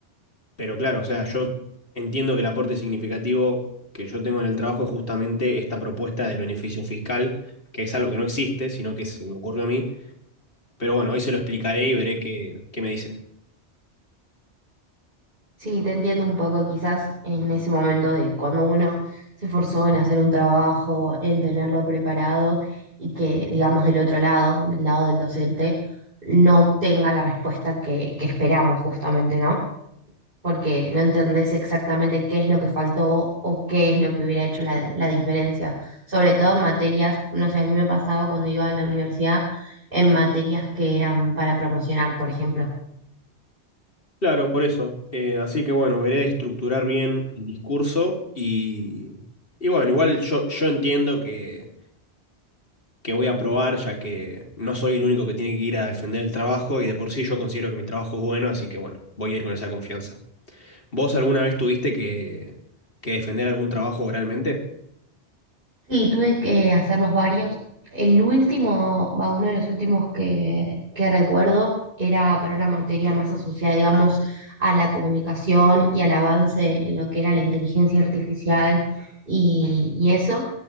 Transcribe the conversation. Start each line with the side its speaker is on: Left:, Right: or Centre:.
Left: Pero claro, o sea, yo entiendo que el aporte significativo que yo tengo en el trabajo es justamente esta propuesta del beneficio fiscal, que es algo que no existe, sino que se me ocurrió a mí. Pero bueno, hoy se lo explicaré y veré qué, qué me dice.
Right: Sí, te entiendo un poco quizás en ese momento de cuando uno se esforzó en hacer un trabajo, en tenerlo preparado y que, digamos, del otro lado, del lado del docente, no tenga la respuesta que, que esperamos justamente, ¿no? porque no entendés exactamente qué es lo que faltó o qué es lo que hubiera hecho la, la diferencia. Sobre todo en materias, no sé, a mí me pasaba cuando iba a la universidad en materias que eran para promocionar, por ejemplo.
Left: Claro, por eso. Eh, así que bueno, veré de estructurar bien el discurso y, y bueno, igual yo, yo entiendo que, que voy a aprobar, ya que no soy el único que tiene que ir a defender el trabajo y de por sí yo considero que mi trabajo es bueno, así que bueno, voy a ir con esa confianza. ¿Vos alguna vez tuviste que, que defender algún trabajo oralmente?
Right: Sí, tuve que hacerlos varios. El último, va, uno de los últimos que, que recuerdo era para una materia más asociada, digamos, a la comunicación y al avance en lo que era la inteligencia artificial y, y eso.